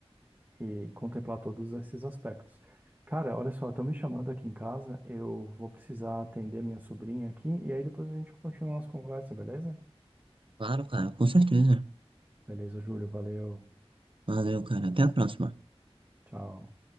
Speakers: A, on the right; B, on the right.
A: e, e contemplar todos esses aspectos. Cara, olha só, estão me chamando aqui em casa. Eu vou precisar atender minha sobrinha aqui e aí depois a gente continua a nossa conversa, beleza?
B: Claro, cara, com certeza.
A: Beleza, Júlio. Valeu.
B: Valeu, cara. Até a próxima.
A: Tchau.